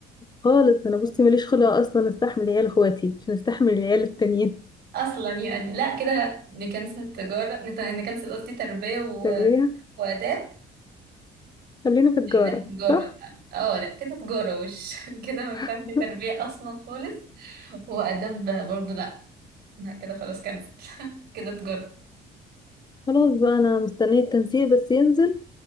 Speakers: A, on the left; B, on the right.
A: خالص أنا بصي ماليش خلق أصلا أستحمل عيال إخواتي مش مستحمل العيال التانيين
B: اصلا يعني لا كده نكنسل تجاره نت- نكنسل قصدي تربيه و...
A: <laughs> تربية
B: واداب
A: خلينا في تجارة
B: خلينا في تجاره
A: صح؟
B: يعني. اه لا كده تجاره وش <laughs> كده ما ينفعش
A: <laughs>
B: تربيه اصلا خالص واداب برضو لا لا كده خلاص كنسل <laughs> كده تجاره
A: خلاص بقى أنا مستنية التنسيق بس ينزل